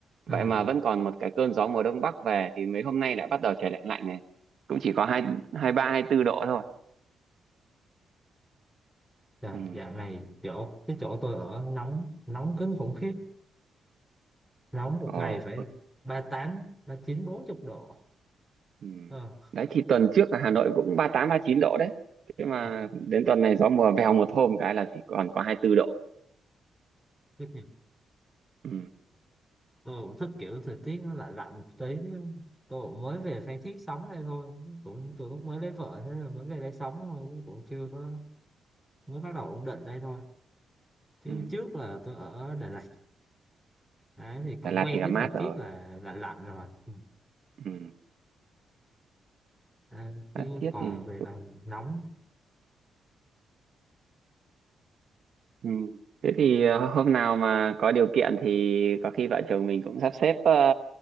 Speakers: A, on the right (about 60°); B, in the centre.
A: vậy
B: à,
A: mà vẫn còn một cái cơn gió mùa đông bắc về thì mấy hôm nay lại bắt đầu trời lạnh lạnh này cũng chỉ có hai hai ba hai tư độ thôi
B: dạ,
A: ừ.
B: dạo này chỗ cái chỗ tôi ở nóng nóng kinh khủng khiếp nóng một
A: Ồ,
B: ngày phải
A: ừ.
B: ba ba tám ba chín bốn chục độ
A: ừ.
B: Ờ,
A: đấy thì tuần trước là Hà Nội cũng ba tám ba chín độ đấy thế mà
B: ôi,
A: đến tuần này gió mùa vèo một hôm cái là chỉ còn có hai tư độ
B: biết nhỉ.
A: ừ.
B: tôi cũng thích kiểu thời tiết nó lạnh lạnh một tí tôi cũng mới về Phan Thiết sống đây thôi cũng từ lúc mới lấy vợ thế là mới về đây sống thôi cũng chưa có mới bắt đầu ổn định đây thôi chứ
A: Ừ.
B: trước là tôi ở Đà Lạt Đấy, thì cũng
A: Đà Lạt
B: quen
A: thì là
B: với
A: mát
B: thời
A: rồi
B: tiết là lạnh lạnh rồi Ừ.
A: ừ.
B: à,
A: Đã
B: chứ
A: thiết
B: còn
A: thì
B: về là nóng
A: Ừ. Thế thì ờ, hôm nào mà có điều kiện thì có khi vợ chồng mình cũng sắp xếp ờ,